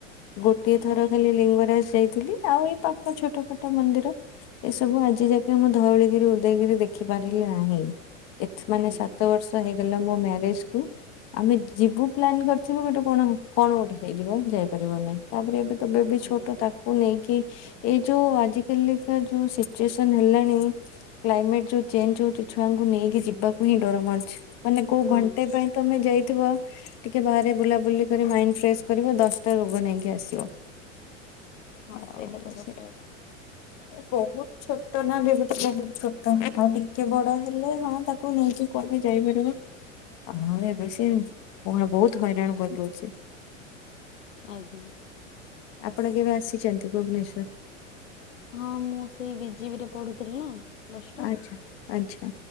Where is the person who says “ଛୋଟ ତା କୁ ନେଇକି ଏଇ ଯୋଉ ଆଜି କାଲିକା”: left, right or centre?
Left